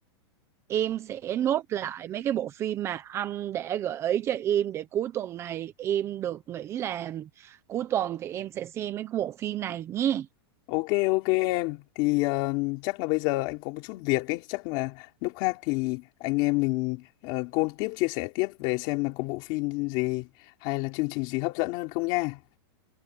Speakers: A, on the right (about 20°); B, on the left (about 35°).
A: em sẽ nốt lại mấy cái bộ phim mà anh đã gợi ý cho em để cuối tuần này em được nghỉ làm cuối tuần thì em sẽ xem mấy cái bộ phim này nhé
B: ok ok em thì ờ, chắc là bây giờ anh có một chút việc ấy chắc là lúc khác thì anh em mình uh, call tiếp chia sẻ tiếp về xem là có bộ phim gì hay là chương trình gì hấp dẫn hơn không nha